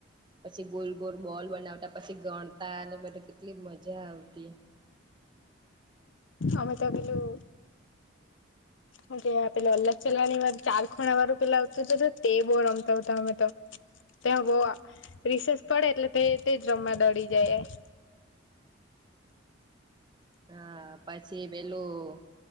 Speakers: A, on the right (about 25°); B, on the left (about 75°).
A: પછી ગોલ ગોલ બોલ બનાવતા પછી ગણતા અને બધા કેટલી મજા આવતી <inaudible>
B: અમે તો પેલું અ કે પેલા અલ્ગ ચલાની વાર ચાર ખૂણા વારું પેલા આવતું હતું તે બહ રમતા હતા અમે તો ત્યાં બહ રિસર્ચ પડે એટલે તે જ રમવા દડી જાય <inaudible>
A: હા પછી પેલું